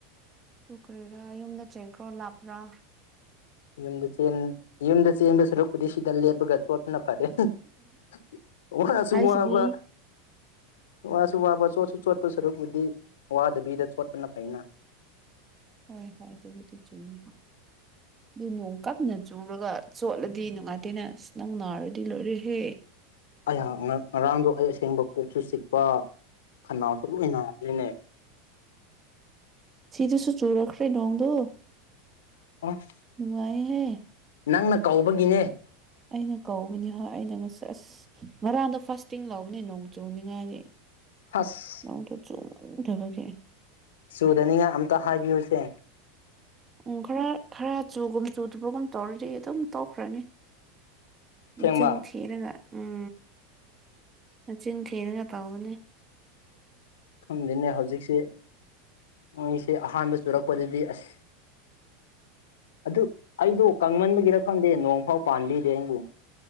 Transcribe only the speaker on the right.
ꯑꯗꯨ ꯀꯔꯤꯔ ꯌꯨꯝꯗ ꯆꯦꯟꯈ꯭ꯔꯣ ꯂꯥꯞꯄ꯭ꯔꯥ
ꯍꯥꯏꯁꯤꯗꯤ
ꯍꯣꯏ ꯍꯣꯏ ꯑꯗꯨꯕꯨꯗꯤ ꯆꯨꯝꯃꯤ ꯑꯗꯨ ꯅꯣꯡ ꯀꯟꯅ ꯆꯨꯔꯒ ꯆꯣꯠꯂꯗꯤ ꯅꯨꯡꯉꯥꯏꯇꯦꯅꯦ ꯑꯁ ꯅꯪ ꯅꯥꯔꯗꯤ ꯂꯣꯏꯔꯦꯍꯦ
ꯁꯤꯗꯁꯨ ꯆꯨꯔꯛꯈ꯭ꯔꯦ ꯅꯣꯡꯗꯣ
ꯅꯨꯡꯉꯥꯏ ꯍꯦ
ꯑꯩꯅ ꯀꯧꯕꯅꯤ ꯍꯣꯏ ꯑꯩꯅ ꯉꯁ ꯑꯁ ꯉꯔꯥꯡꯗꯣ ꯐ꯭ꯔꯥꯁꯇꯤꯡ ꯂꯧꯕꯅꯦ ꯅꯣꯡ ꯆꯨꯅꯤꯉꯥꯏꯒꯤ
<unintelligible>
ꯎꯝ ꯈꯔ ꯈꯔ ꯆꯨꯒꯨꯝ ꯆꯨꯗꯕꯒꯨꯝ ꯇꯧꯔꯗꯤ ꯑꯗꯨꯝ ꯇꯣꯛꯈ꯭ꯔꯅꯤ
ꯃꯆꯤꯟꯊꯤ ꯊꯤꯔꯒ ꯎꯝ ꯃꯆꯤꯟ ꯊꯤꯔꯒ ꯇꯥꯎꯒꯅꯦ